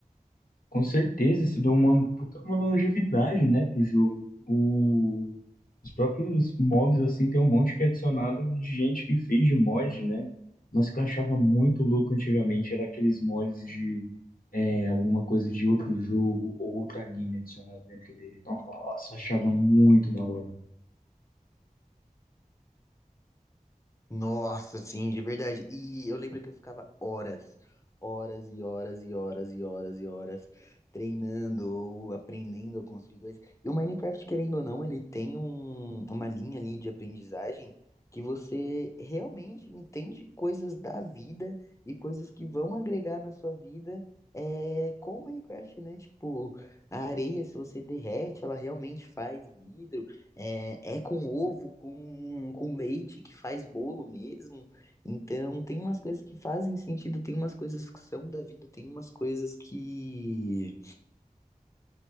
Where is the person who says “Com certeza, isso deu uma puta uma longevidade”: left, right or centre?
Left